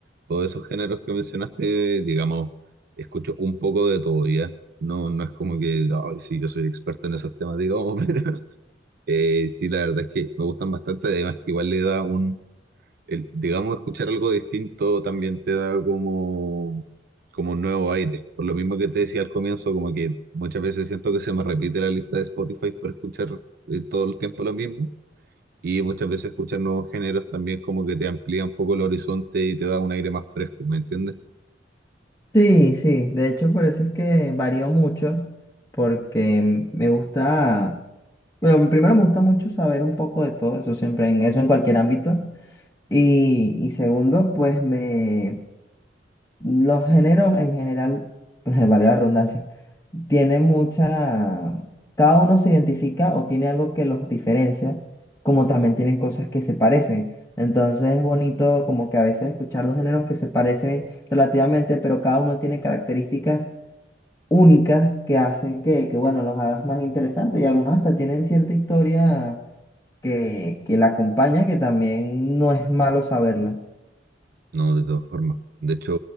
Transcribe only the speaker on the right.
todos esos géneros que mencionaste, digamos, escucho un poco de todo, ¿ya? No, no es como que, ay, sí, yo soy experto en esos temas, digamos, <laughs> pero eh, sí, la verdad es que me gustan bastante, además que igual le da un, el- digamos, escuchar algo distinto también te da como, como un nuevo aire. Por lo mismo que te decía al comienzo, como que muchas veces siento que se me repite la lista de Spotify por escuchar eh, todo el tiempo lo mismo. Y muchas veces escuchar nuevos géneros también como que te amplía un poco el horizonte y te da un aire más fresco, ¿me entiendes?
No, de todas formas. De hecho,